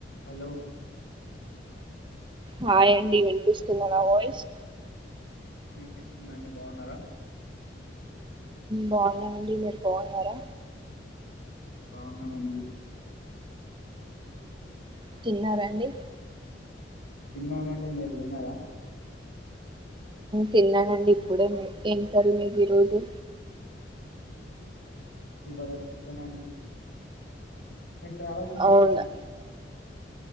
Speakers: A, on the left; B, on the right.
A: Hello
B: hi అండి వినిపిస్తుందా నా వాయిస్
A: వినిపిస్తుందండి బావున్నారా
B: బావున్నానండీ మీరు బావున్నారా
A: బావున్నానండి
B: తిన్నారాండి
A: తిన్నానండి మీరు తిన్నారా
B: తిన్నానండి ఇప్పుడే ఏం కర్రీ మీదిరోజు
A: ఇవాళ చికెన్ అండి మీకు ట్రావెల్స్ అంటే
B: అవునా
A: ఇష్టమా